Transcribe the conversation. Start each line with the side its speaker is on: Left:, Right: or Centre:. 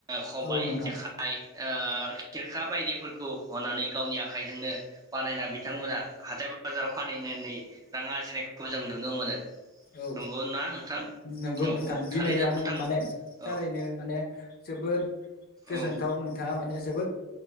Right: खबाय
Left: औ नोंथां
Right: जेखाइ ओ खेरखा बायदिफोरखौ हनानै गावनि आखाइजोंनो बानायना बिथांमोना हाथाय बाजाराव फानहैनानै रां आरजिनायखौ जों नुनो मोनो।
Left: औ
Right: नंगौ ना नोंथां
Left: नंगौ
Right: औ
Left: नोंथां
Right: औ
Left: दिनै
Right: थारैनो
Left: आं
Right: नोंथां
Left: माने
Right: औ
Left: थारैनो माने जोबोद गोजोनथाव
Right: औ
Left: नोंथाङा माने जोबोद